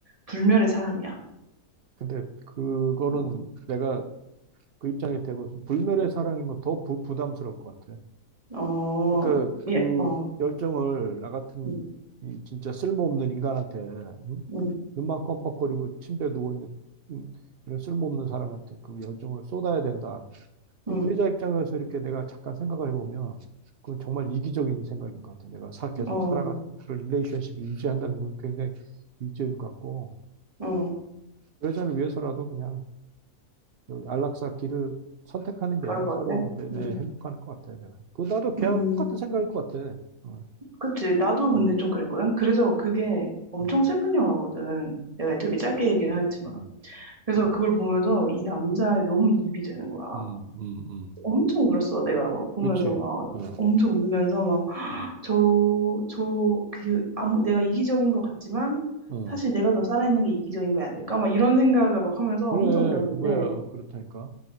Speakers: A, on the right; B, on the right.
A: 불멸의 사랑이야.
B: 근데 그거는
A: 어,
B: 내가 그 입장에 대해서 불멸의 사랑이면 더 부, 부담스러울 것 같아.
A: 어,
B: 그러니까
A: 예,
B: 그
A: 어,
B: 열정을 나 같은
A: 음,
B: 이 진짜 쓸모없는 인간한테 응?
A: 음,
B: 눈만 껌뻑거리고 침대에 누워 있는 응? 이런 쓸모없는 사람한테 그 열정을 쏟아야 된다. 근데
A: 음,
B: 그 여자 입장에서 이렇게 내가 잠깐 생각을 해보면 그건 정말 이기적인 생각인 것 같아. 내가 사, 계속
A: 어,
B: 살아가지고 그런 릴레이션십을 유지한다는 건 굉장히 이기적인 것 같고
A: 어,
B: 그 여자를 위해서라도 그냥 여기 안락사 길을 선택하는
A: 그럴
B: 게
A: 것
B: 서로
A: 같아.
B: 이제,
A: 음.
B: 예, 행복할 것 같아. 내가 그 나도 걔하고
A: 음,
B: 똑같은 생각일 것 같아. 어.
A: 그치. 나도 근데
B: 음,
A: 좀 그랬거든. 그래서 그게 엄청
B: 음.
A: 슬픈 영화거든. 내가 되게 짧게 얘기를 했지만.
B: 음,
A: 그래서 그걸 보면서 이 남자에 너무 이입이 되는 거야.
B: 음, 음, 음.
A: 엄청 울었어. 내가 막 보면서
B: 그치.
A: 막
B: 어,
A: 엄청 울면서 막
B: 어,
A: 저, 저, 그, 아무, 내가 이기적인 것 같지만
B: 어.
A: 사실 내가 더 살아있는 게 이기적인 거 아닐까? 막 이런 생각을 막 하면서
B: 그래,
A: 엄청 울었는데.
B: 그거야. 그렇다니까.